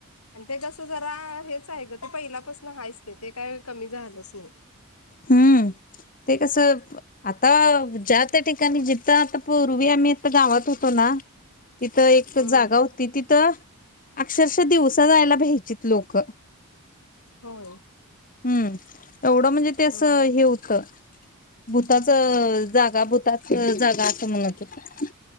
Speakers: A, on the left; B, on the left.
A: आणि ते कसं जरा हेच आहे ग ते पहिल्यापास हायच ते ते काय कमी झालंच नाही.
B: हम्म. ते कसं आता ज्या त्या ठिकाणी जिथं आता पूर्वी आम्ही इथं गावात होतो ना तिथं एक
A: हम्म
B: जागा होती तिथं अक्षर दिवसा जायला भ्यायचीत लोकं.
A: होय
B: हम्म. एवढं म्हणजे ते असं
A: हम्म
B: हे होत भूताच जागा भूताच जागा असं म्हनत होतं.